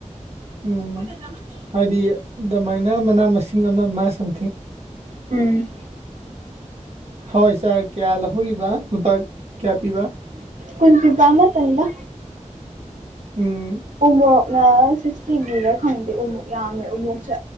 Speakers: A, on the right; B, on the right.
A: ꯎꯝ ꯍꯥꯏꯗꯤ ꯑꯗꯨꯃꯥꯏꯅ ꯃꯅꯥ ꯃꯁꯤꯡ ꯑꯃ ꯑꯃ ꯁꯝ
B: ꯎꯝ
A: ꯍꯣꯏ ꯁꯥꯔ ꯀꯌꯥ ꯂꯧꯍꯧꯔꯤꯕ ꯂꯨꯄꯥ ꯀꯌꯥ ꯄꯤꯕ <unintelligible>
B: ꯀꯨꯟ ꯐꯤꯕ ꯑꯃ ꯃꯇꯝꯗ
A: ꯎꯝ
B: ꯎꯃꯣꯛꯅ ꯁꯤꯛꯁꯇꯤꯒꯤꯗ ꯈꯪꯗꯦ ꯎꯃꯨꯛ ꯌꯥꯝꯃꯦ ꯎꯃꯣꯛꯁꯦ